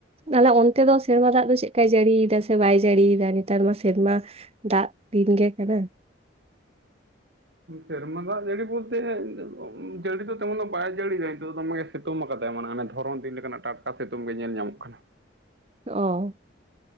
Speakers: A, on the right (about 30°); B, on the right (about 60°).
A: ᱛᱟᱦᱞᱮ ᱚᱱᱛᱮ ᱫᱚ ᱥᱮᱨᱢᱟ ᱫᱟᱜ ᱫᱚ ᱪᱮᱫᱞᱮᱠᱟᱭ ᱡᱟᱹᱲᱤᱭᱮᱫᱟ ᱥᱮ ᱵᱟᱭ ᱡᱟᱹᱲᱤᱭᱮᱫᱟ ᱱᱮᱛᱟᱨ ᱢᱟ ᱥᱮᱨᱢᱟ ᱫᱟᱜ ᱫᱤᱱ ᱜᱮ ᱠᱟᱱᱟ
B: ᱥᱮᱨᱢᱟ ᱫᱟᱜ ᱡᱟᱲᱤ ᱵᱚᱞᱛᱮ ᱡᱟᱲᱤ ᱫᱚ ᱛᱮᱢᱚᱱ ᱫᱚ ᱵᱟᱭ ᱡᱟᱲᱤ ᱫᱟᱭ <unintelligible> ᱥᱤᱛᱩᱝ ᱟᱠᱟᱫᱟᱭ ᱢᱟᱱᱮ ᱚᱱ ᱫᱷᱚᱨᱚᱱ ᱫᱤᱱ ᱞᱮᱠᱟᱱᱟᱜ ᱴᱟᱴᱠᱟ ᱥᱤᱛᱩᱝ ᱜᱮ ᱧᱮᱞ ᱧᱟᱢᱚᱜ ᱠᱟᱱᱟ
A: ᱚ